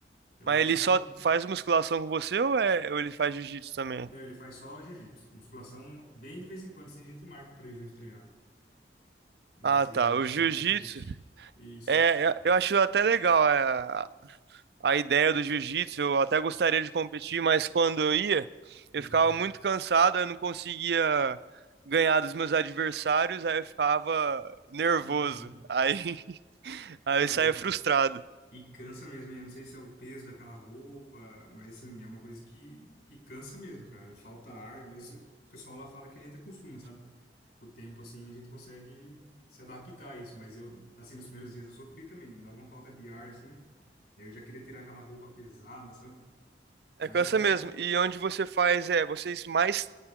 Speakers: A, on the left; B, on the right.
A: Então
B: Mas
A: eu acho
B: ele
A: que
B: só
A: é um.
B: faz musculação com você ou, é, ou ele faz jiu-jitsu também?
A: Não, ele faz só jiu-jitsu. Musculação, bem de vez em quando, assim, a gente marca pra ir junto treinar. Mas
B: Ah,
A: é
B: tá. O
A: só
B: jiu-jitsu,
A: no jiu-jitsu. Isso.
B: é, é- eu acho até legal é, a, a ideia do jiu-jitsu. Eu até gostaria de competir, mas quando eu ia, eu
A: Uhum.
B: ficava muito cansado, eu não conseguia ganhar dos meus adversários, aí eu ficava nervoso.
A: Uhum.
B: Aí, <laughs> aí
A: Cara,
B: eu saía
A: e,
B: frustrado.
A: e cansa mesmo, hein? Eu não sei se é o peso daquela roupa, mas assim, é uma coisa que, que cansa mesmo, cara. Falta ar, mas o pessoal lá fala que a gente acostuma, sabe? Com o tempo, assim, a gente consegue se adaptar a isso. Mas eu, assim, nos primeiros dias eu sofri também. Me dava uma falta de ar, assim. Eu já queria tirar aquela roupa pesada, sabe?
B: É
A: Mas
B: cansa
A: assim,
B: mesmo.
A: tô.
B: E onde você faz, é, vocês mais